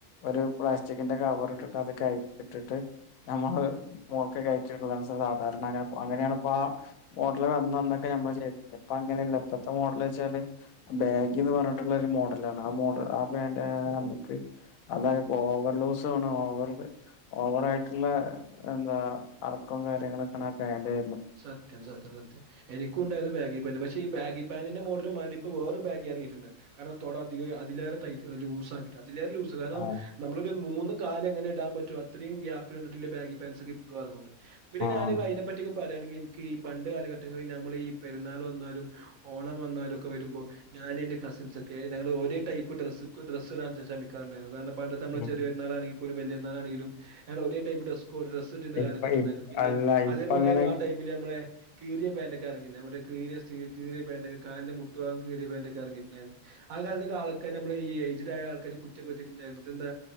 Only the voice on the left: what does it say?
ഒരു പ്ലാസ്റ്റിക്കിന്റെ കവർ ഇട്ടിട്ട് അത് കഴിച്ച ഇട്ടിട്ട് നമ്മള് മോൾക്കെ കയറ്റിടലാണ് സാധാരണ അങ്ങനെ അങ്ങനെയണിപ്പൊ ആ മോഡല് വന്നന്നൊക്കെ ഞമ്മൾ ചെയ്തിന്നു ഇപ്പ അങ്ങനെയല്ല ഇപ്പഴത്തെ മോഡൽ വെച്ചാല് ബാഗ്ഗിന്ന് പറഞ്ഞിട്ടുള്ള മോഡലാണ് ആ മോഡൽ ആ ബാൻഡ് നമുക്ക് അതായ ഓവർ ലൂസുവാണ് ഓവർ ഓവറ ആയിട്ടുള്ള എന്താ അറക്ക കാര്യങ്ങളൊക്ക ആ പാൻ്റെ
ആ
ആ
ഉം
ഇപ്പ
ഇ
അല്ല ഇപ്പ
അങ്ങനെ